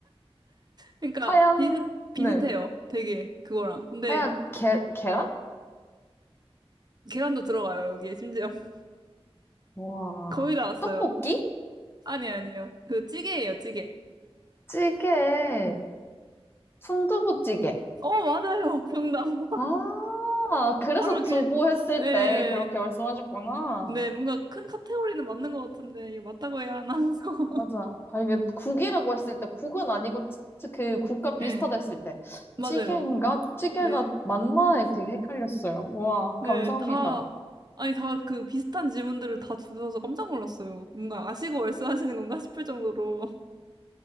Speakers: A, on the right; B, on the left.
A: 그러니까
B: 하얀,
A: 비슷, 비슷해요.
B: 네.
A: 되게, 그거랑. 근데
B: 하얀 계, 계란?
A: 계란도 들어가요, 여기에 심지어. <laughs>
B: 와.
A: 거의 다 왔어요.
B: 떡볶이?
A: 아니, 아니에요. 그 찌개예요, 찌개.
B: 찌개. 순두부찌개.
A: 어, 맞아요. 정답. <laughs>
B: 아, 그래서
A: 바로 이렇게.
B: 두부 했을
A: 네.
B: 때 그렇게 말씀하셨구나.
A: 네, 뭔가 큰 카테고리는 맞는 것 같은데, 이거 맞다고 해야 하나 해서. <laughs>
B: 맞아. 아, 이게 국이라고 했을 때, 국은 아니고, 치- 치- 그 국과 비슷하다
A: 네,
B: 했을 때,
A: 맞아요.
B: 찌개인가? 찌개가
A: 네,
B: 맞나? 되게 헷갈렸어요. 우와,
A: 네,
B: 감사합니다.
A: 다, 아니, 다 그 비슷한 질문들을 다 주셔서 깜짝 놀랐어요. 뭔가 아시고 말씀하시는 건가 싶을 정도로. <laughs>